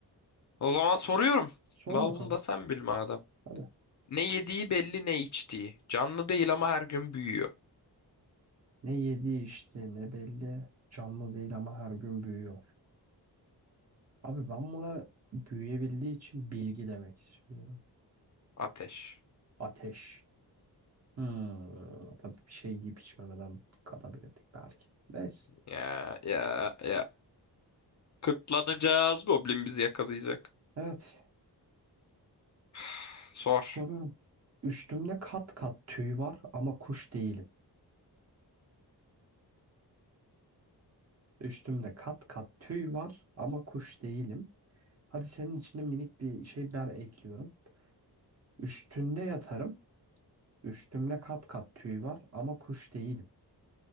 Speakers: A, on the left; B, on the right.
A: O zaman soruyorum.
B: Sor
A: Al
B: bakalım.
A: bunu da sen bil madem.
B: Hadi.
A: Ne yediği belli ne içtiği. Canlı değil ama her gün büyüyor.
B: Ne yedi işte ne belli. Canlı değil ama her gün büyüyor. Abi ben buna büyüyebildiği için bilgi demek istiyorum.
A: Ateş.
B: Ateş. Hmm, tabii bir şey yiyip içmemeden katabilirdik belki. Neyse.
A: Ya ya ya. Kıtlanacağız. Goblin bizi yakalayacak.
B: Evet.
A: <sighs> Sor.
B: Soruyorum. Üstümde kat kat tüy var ama kuş değilim. Üstümde kat kat tüy var ama kuş değilim. Hadi senin içine minik bir şey ben ekliyorum. Üstünde yatarım. Üstümde kat kat tüy var ama kuş değilim.